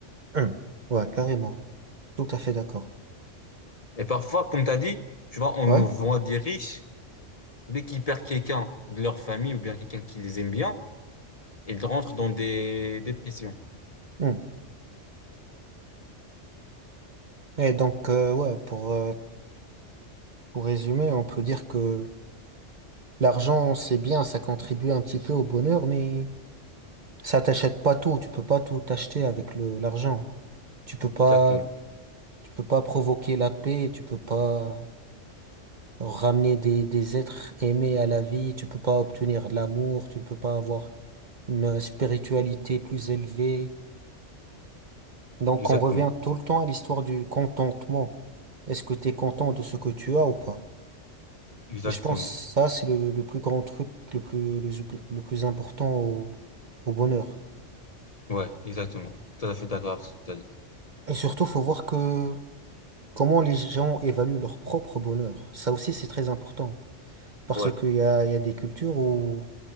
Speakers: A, on the right; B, on the left.
A: hum, ouais, carrément. Tout à fait d'accord.
B: Et parfois, comme tu as dit, tu vois, on,
A: Ouais.
B: on voit des riches, dès qu'ils perdent quelqu'un de leur famille ou bien quelqu'un qui les aime bien, ils rentrent dans des dépressions.
A: hum. Et donc, euh, ouais, pour, euh, pour résumer, on peut dire que l'argent, c'est bien, ça contribue un petit peu au bonheur, mais ça t'achète pas tout. Tu peux pas tout t'acheter avec le, l'argent. Tu peux pas,
B: Exactement.
A: tu peux pas provoquer la paix, tu peux pas ramener des, des êtres aimés à la vie, tu peux pas obtenir de l'amour, tu ne peux pas avoir une spiritualité plus élevée. Donc
B: Exactement.
A: on revient tout le temps à l'histoire du contentement. Est-ce que tu es content de ce que tu as ou pas?
B: Exactement.
A: Et je pense que ça, c'est le, le plus grand truc, le plus, le, le plus important au, au bonheur.
B: Ouais, exactement. Tout à fait d'accord avec ce que tu as dit.
A: Et surtout, faut voir que comment les gens évaluent leur propre bonheur. Ça aussi, c'est très important. Parce
B: Ouais.
A: qu'il y a, il y a des cultures où